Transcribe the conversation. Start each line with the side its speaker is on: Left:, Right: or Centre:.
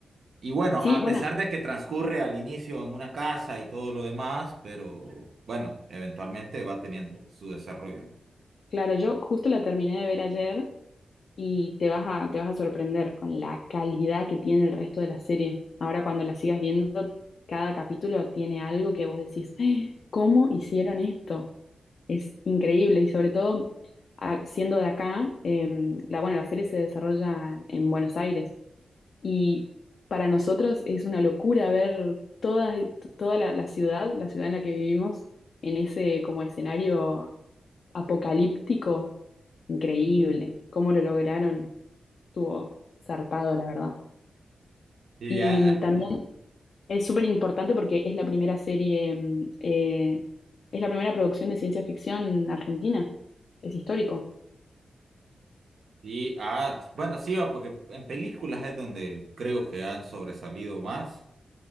Right: y bueno,
Left: Sí,
Right: a
Left: bueno,
Right: pesar de que transcurre al inicio en una casa y todo lo demás, pero bueno, eventualmente va teniendo su desarrollo. ¿no?
Left: claro, yo justo la terminé de ver ayer y te vas a, te vas a sorprender con la calidad que tiene el resto de la serie. Ahora cuando la sigas viendo, cada capítulo tiene algo que vos decís, "Ah, ¿cómo hicieron esto? Es increíble y sobre todo a- siendo de acá, eh, la, bueno, la serie se desarrolla en Buenos Aires y para nosotros es una locura ver toda, toda la, la ciudad, la ciudad en la que vivimos, en ese como escenario apocalíptico. Increíble, cómo lo lograron. Estuvo zarpado, la verdad.
Right: Y
Left: Y
Right: ya
Left: mm, también es súper importante porque es la primera serie, mm, eh, es la primera producción de ciencia ficción argentina. Es histórico.
Right: Y, ah, bueno, sí, va, porque en películas es donde creo que han sobresalido más.